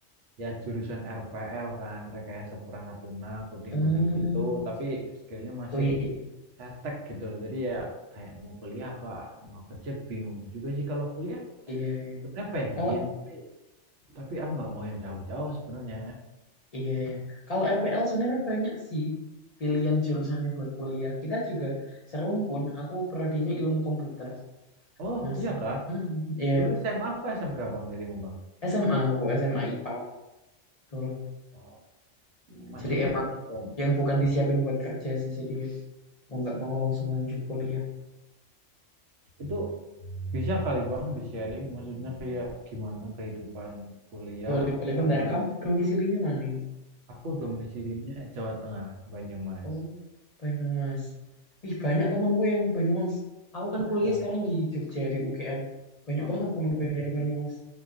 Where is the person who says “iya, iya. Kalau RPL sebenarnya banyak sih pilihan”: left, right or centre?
Left